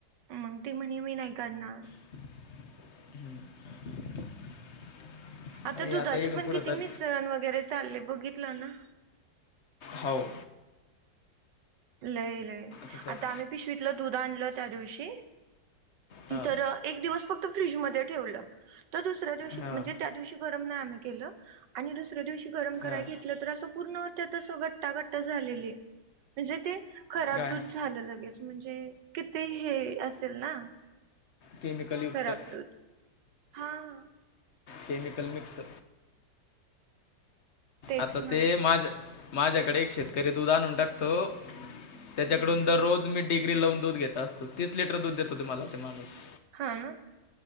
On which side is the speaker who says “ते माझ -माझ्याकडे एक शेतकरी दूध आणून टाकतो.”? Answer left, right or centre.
Left